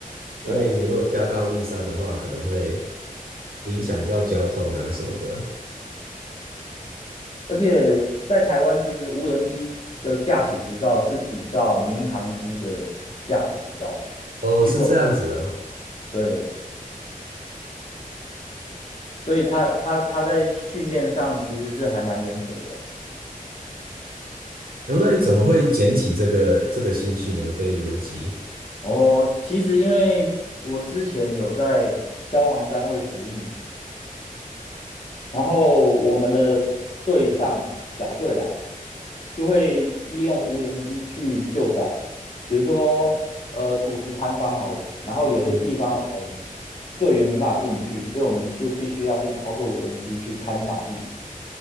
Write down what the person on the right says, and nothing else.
因为你如果掉到路上的话，
可能会影响到交通啊什么的。
哦，是这样子哦。
然后那你怎么会捡起这个这个兴趣呢？飞无人机，
嗯，